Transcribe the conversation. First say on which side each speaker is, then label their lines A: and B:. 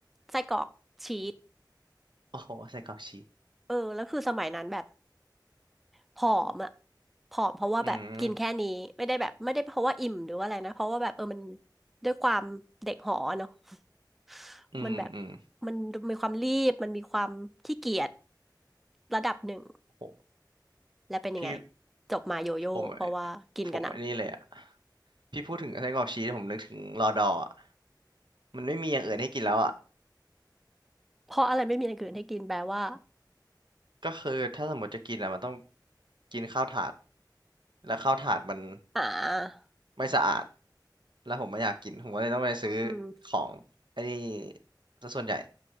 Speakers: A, in the centre; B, on the right.
A: ไส้กรอกชีส
B: โอ้โหใส่กรอกชีส
A: เออแล้วคือสมัยนั้นแบบ ผอมอ่ะผอมเพราะว่าแบบกินแค่นี้ไม่ได้แบบไม่ได้เพราะว่าอิ่มหรือว่าอะไรนะเพราะว่าแบบเออมัน
B: อืม
A: ด้วยความเด็กหอเนาะ <laughs>
B: อืมอืม
A: มันแบบมันมีความรีบมันมีความขี้เกียจระดับหนึ่ง
B: โห
A: และเป็นยังไง
B: พี่
A: จบมาโยโย่เพราะว่ากินกระหน่
B: ผมผมไอ้นี่เลยอ่ะ พี่พูดถึงไส้กรอกชีสผมนึกถึงรอดอร์อ่ะมันไม่มีอย่างอื่นให้กินแล้วอ่ะ
A: ำเพราะอะไรไม่มีอย่างอื่นให้กินแปลว่า
B: ก็คือถ้าสมมติจะกินอ่ะมันต้องกินข้าวถาด แล้วข้าวถาดมัน
A: อ่า
B: ไม่สะอาดแล้วผมไม่อยากกินผมก็เลยต้องไปซื้อ
A: อืม
B: ของไอ้นี่ซะส่วนใหญ่